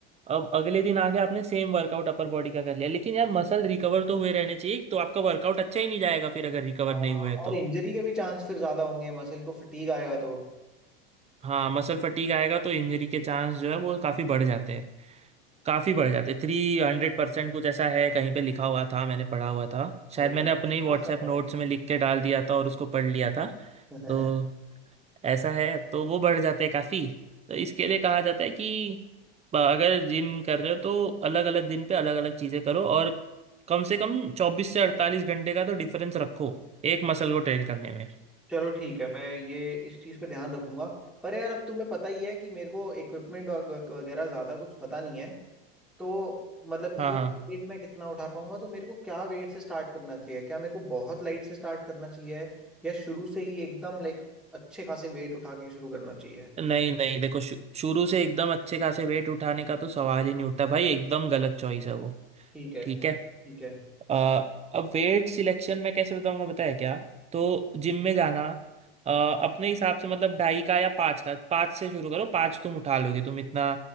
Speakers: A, on the right (about 20°); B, in the centre.
A: अब अगले दिन आके आपने सेम वर्कआउट अपर बॉडी का कर लिया लेकिन यार मसल रिकवर तो हुए रहने चाहिए तो आपका वर्कआउट अच्छा ही नहीं जाएगा फिर अगर रिकवर
B: हाँ,
A: नहीं हुए
B: और
A: तो
B: इंजरी के भी चांस फिर ज्यादा होंगे मसल को फटीग आएगा तो
A: हाँ मसल फटीग आएगा तो इंजरी के चांस जो है वो काफ़ी बढ़ जाते हैं काफ़ी बढ़ जाते हैं थ्री हंड्रेड परसेंट कुछ ऐसा है कहीं पे लिखा हुआ था मैंने पढ़ा हुआ था
B: भाई
A: शायद
B: इतना
A: मैंने अपने ही व्हाट्सएप
B: ज्यादा।
A: नोट्स में लिख के डाल दिया था और उसको पढ़ लिया था
B: <laughs>
A: तो ऐसा है तो वो बढ़ जाते हैं काफी तो इसके लिए कहा जाता है कि ब- अगर जिम कर रहे हो तो अलग अलग दिन पे अलग अलग चीजें करो और कम से कम चौबीस से अड़तालीस घंटे का तो डिफरेंस रखो एक मसल को ट्रेन करने में
B: चलो ठीक है मैं ये इस चीज पे ध्यान रखूंगा पर यार अब तुम्हें पता ही है कि मेरे को इक्विपमेंट वगैरह ज्यादा कुछ पता नहीं है तो मतलब इवन
A: हाँ हाँ
B: वेट मैं कितना उठा पाऊंगा तो मेरे को क्या वेट से स्टार्ट करना चाहिए क्या मेरे को बहुत लाइट से स्टार्ट करना चाहिए या शुरू से ही एकदम लाइक अच्छे खासे वेट उठा के शुरू करना चाहिए
A: नहीं नहीं देखो शु- शुरू से एकदम अच्छे खासे वेट उठाने का तो सवाल ही नहीं उठता भाई एकदम गलत चॉइस है वो
B: ठीक है
A: ठीक
B: ठीक
A: है
B: है
A: अ, अब वेट सिलेक्शन मैं कैसे बताऊंगा बताया क्या तो जिम में जाना अ, अपने हिसाब से मतलब ढाई का या पाँच का पाँच से शुरू करो पाँच तुम उठा लोगे तुम इतना